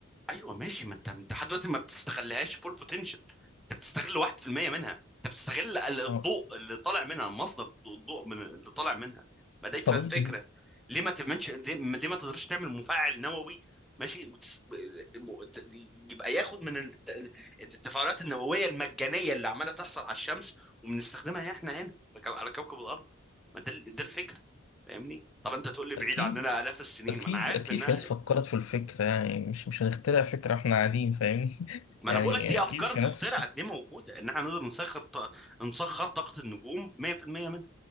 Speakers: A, in the centre; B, on the left (about 70°).
A: ايوه ماشي ما انت انت لحد دلوقتي ما بتستغلهاش فول بوتنشال انت بتستغل 1% منها انت بتستغل ال- الضوء
B: اه
A: اللي طالع منها مصدر الضوء من اللي طالع منها ما ده ف-
B: طب
A: فكره
B: إن-
A: ليه ما تعملش ليه ليه ما تقدرش تعمل مفاعل نووي ماشي وتس... م- ت- يبقى ياخد من الت- التفاعلات النوويه المجانيه اللي عماله تحصل على الشمس وبنستخدمها احنا هنا في كو- على كوكب الارض ما ده ال- ده الفكره فاهمني طب انت تقول لي بعيد
B: أكيد
A: عننا الاف السنين
B: أكيد
A: ما انا عارف
B: أكيد
A: انها
B: في ناس فكرت في الفكرة يعني مش مش هنخترع فكرة إحنا قاعدين فاهمني <laughs>
A: ما
B: يعني
A: انا بقول لك دي
B: أكيد
A: افكار
B: في
A: تخترع
B: ناس
A: دي موجوده ان احنا نقدر نسخر ط... نسخر طاقه النجوم 100% منها